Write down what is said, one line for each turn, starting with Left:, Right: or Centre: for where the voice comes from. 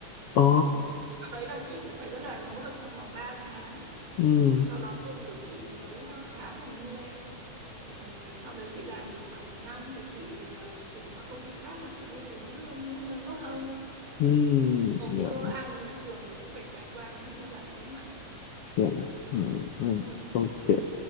Left: Ờ,
Right: ừ. Sau đấy là chị cũng phải rất là nỗ lực trong vòng ba tháng
Left: ừm,
Right: rồi sau đó lương của chị mới ờ, khá dần đi lên rồi ờ, sau đấy chị làm được khoảng một năm thì chị ờ, chuyển qua công ty khác là chị điêu được mức lương mức lương tốt hơn
Left: ừm,
Right: hầu
Left: dạ
Right: như ai mới ra trường thì cũng phải trải qua những cái giai đoạn đấy em ạ
Left: dạ dạ Ờ, ừm,
Right: ừ.
Left: ok